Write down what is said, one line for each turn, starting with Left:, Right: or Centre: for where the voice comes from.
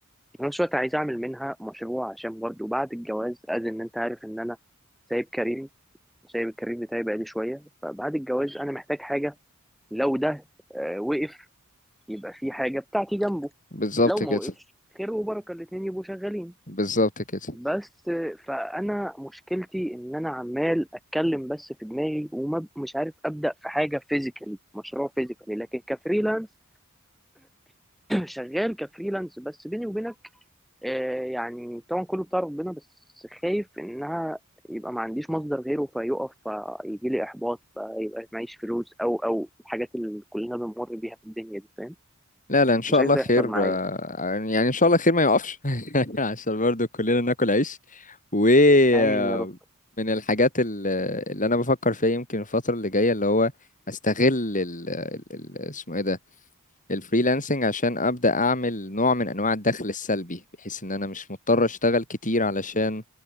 Centre: في نفس الوقت عايز اعمل منها مشروع عشان برضه بعد الجواز از ان انت عارف ان انا سايب كاريري سايب الكارير بتاعي بقالي شويه فبعد الجواز انا محتاج حاجه لو ده آه، وقف يبقى في حاجه بتاعتي جنبه
Left: بالظبط
Centre: لو ما
Left: كده
Centre: وقفش خير وبركه الاتنين يبقوا شغالين
Left: بالظبط كده
Centre: بس آه، فانا مشكلتي ان انا عمال اتكلم بس في دماغي ومش عارف ابدا في حاجه فيزيكالي مشروع فيزيكالي لكن كفريلانس شغال كفريلانس بس بيني وبينك آه، يعني طبعا كله بتاع ربنا بس خايف انها يبقى ما عنديش مصدر غيره فيقف فيجي لي احباط فيبقى معيش فلوس او او الحاجات اللي كلنا بنمر بيها في الدنيا دي فاهم
Left: لا لا إن شاء
Centre: مش عايز
Left: الله
Centre: ده
Left: خير
Centre: يحصل معايا
Left: آه، يعني إن شاء الله خير ما يقفش <laughs> عشان برضو كلنا ناكل عيش ومن
Centre: امين يا رب
Left: الحاجات ال- اللي انا بفكر فيها يمكن الفترة اللي جاية اللي هو استغل ال ال- ال- اسمه ايه ده الفريلانسنج عشان ابدا اعمل نوع من انواع الدخل السلبي بحيث ان انا مش مضطر اشتغل كتير علشان